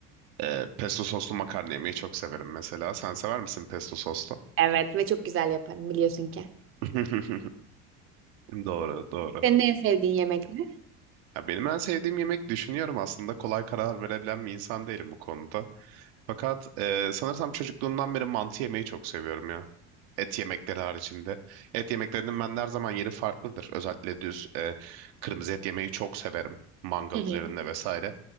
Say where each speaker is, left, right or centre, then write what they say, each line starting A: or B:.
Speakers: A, on the right (about 80°); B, on the right (about 40°).
A: E, pesto soslu makarna yemeği çok severim mesela. Sen sever misin pesto soslu?
B: Evet ve çok güzel yaparım biliyorsun ki.
A: <laughs> Doğru, doğru.
B: Senin en sevdiğin yemek ne?
A: Ya benim en sevdiğim yemek düşünüyorum aslında kolay karar verebilen bir insan değilim bu konuda. Fakat e, sanırsam çocukluğumdan beri mantı yemeyi çok seviyorum ya. Et yemekleri haricinde. Et yemeklerinin bende her zaman yeri farklıdır. Özellikle düz e, kırmızı et yemeyi çok severim. Mangal
B: Hı hı.
A: üzerinde vesaire.